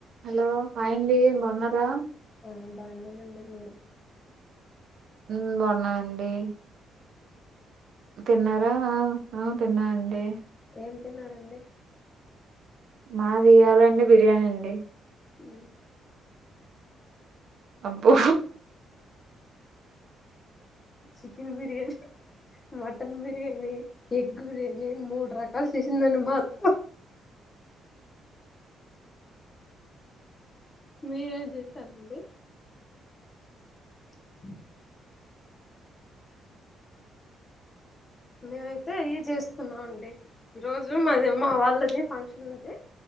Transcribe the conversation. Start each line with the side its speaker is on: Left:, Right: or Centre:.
Right: Hello hi అండి బాగున్నారా
Left: మేము బాగున్నం అండి మీరు
Right: ఉ బాగున్నండి తిన్నారా ఆ ఆ తిన్న అండి
Left: ఏం తిన్నారండి
Right: మాది ఇయ్యాల అండి బిర్యానీ అండి
Left: ఉ
Right: అబ్బో
Left: chicken biryani, mutton biryani, egg biryani మూడు ర కాల్ చేసింది అండి మా అత్త మీరేం చేసారండి <unintelligible> మేమయితే అవి చేసుకున్నాం అండి ఈ రోజు మాది మా వాళ్ళది ఫంక్షన్ ఉంటే